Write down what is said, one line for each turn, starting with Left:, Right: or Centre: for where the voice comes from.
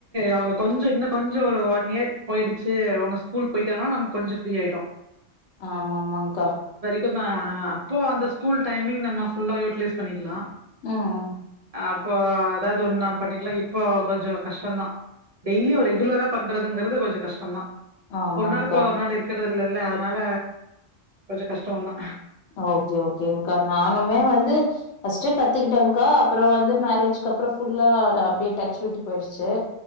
Right: அவுங்க கொஞ்சோ இன்னு கொஞ்சோ ஒரு ஒன் இயர் போயிடுச்சு அவுங்க ஸ்கூல் போயிட்டாங்னா நம்ம கொஞ்சோ ஃப்ரீயாயிடு
Left: ஆமா ஆமாங்கா
Right: புர்னா அப்போ அந்த ஸ்கூல் டைமிங் நம்ம ஃபுல்லா யூட்டிலைஸ் பண்ணிக்லா
Left: ம் ம்
Right: அப்போ ஏதாவது ஒன் நா பண்ணிக்லா இப்போ கொஞ்சோ கஷ்டோதா டெய்லி ஒரு ரெகுலரா பண்றதுங்கிறது கொஞ்சோ கஷ்டோ தா
Left: ஆமாங்க்கா
Right: ஒரு நாள் கோ ஒரு நாள் இருக்க இல்லல்ல அதனால கொஞ்சோ கஷ்டோ தா
Left: ஓகே ஓகேங் கா நானுமே வந்து ஃபஸ் ட்டு கத்துக்கிட்டேங்க்கா அப்றோ வந்து மேரேஜ்க் அப்றோ ஃபுல்லா அது அப்டே டச் விட்டு போயிருச்சு